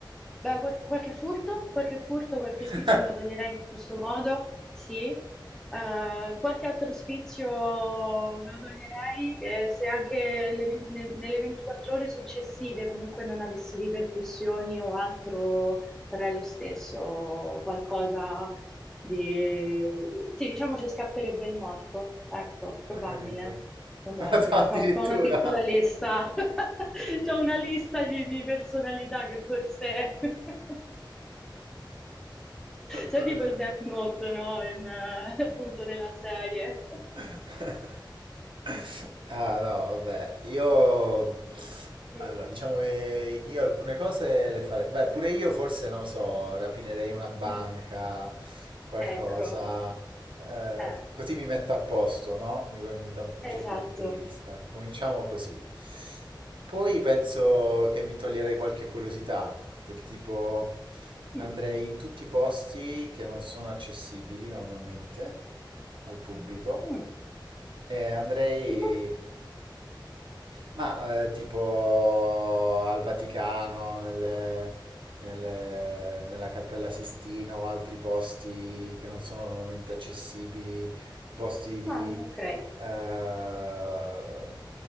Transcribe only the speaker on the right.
<laughs>
Ho capito.
<laughs> Addirittura.
<laughs>
Vabbè.
<laughs> Ah no, vabbè, io
allora diciamo che io alcune cose le farei, beh pure io forse non so, rapinerei una banca,
qualcosa,
eh,
così mi metto a posto, no? Mi- Da un
certo punto di vista. Cominciamo così. Poi penso che mi toglierei qualche curiosità, del tipo andrei
in tutti i posti che non sono accessibili normalmente al pubblico.
Eh, andrei,
ma eh, tipo al Vaticano, nel- nel- nella Cappella Sistina o altri posti che non sono normalmente accessibili, posti di
eh,